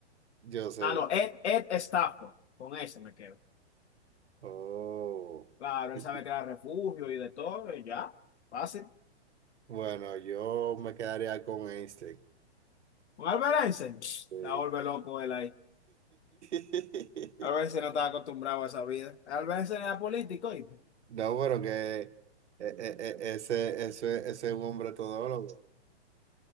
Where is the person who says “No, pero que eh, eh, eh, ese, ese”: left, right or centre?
Right